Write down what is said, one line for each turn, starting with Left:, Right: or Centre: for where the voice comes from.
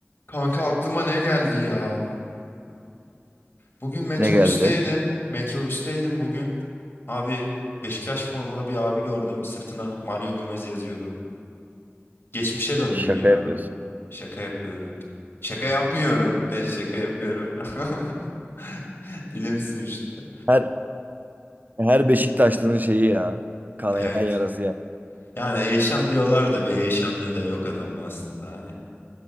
Left: Kanka aklıma ne geldi ya? Bugün metrobüsteydim.
Right: Ne geldi?
Left: Metrobüsteydim bugün. Abi Beşiktaş formalı bir abi gördüm. Sırtına Mario Gomez yazıyordu. Geçmişe döndüm
Right: Şaka
Left: ya.
Right: yapıyorsun.
Left: Şaka yapıyorum. Şaka yapmıyorum. Ne şaka yapıyorum. <laughs> Dilim sürçtü.
Right: Her her Beşiktaşlı'nın şeyi ya. Kanayan
Left: Evet.
Right: yarası ya.
Left: Yani Eyşan diyorlar da bir Eyşanlığı da yok adamın aslında. Hani